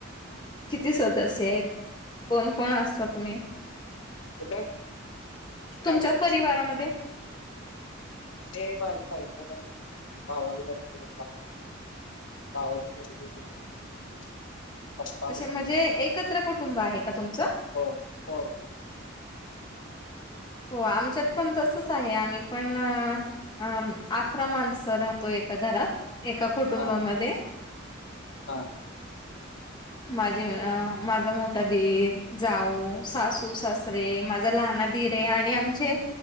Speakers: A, on the left; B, on the left.
A: किती सदस्य आहेत. कोण कोण असता तुम्ही
B: कुठं फॅमिली
A: तुमच्या परिवारामध्ये?
B: मी माझी बायको, भावाची बायको भाऊ. भावाची मुलगी, माझी मुलगी. पप्पा
A: असे
B: मम्मी
A: म्हणजे एकत्र कुटुंब आहे का तुमच?
B: हो हो. हो हो.
A: हो आमच्यात पण तसंच आहे, आम्ही पण अ.. अं.. अकरा माणसं राहतो एक एका घरात, एका कुटुंबामध्ये
B: हा हा हा
A: माझे अ माझा मोठा दीर, जाऊ, सासू-सासरे, माझा लाहाना दिरये आणि आमचे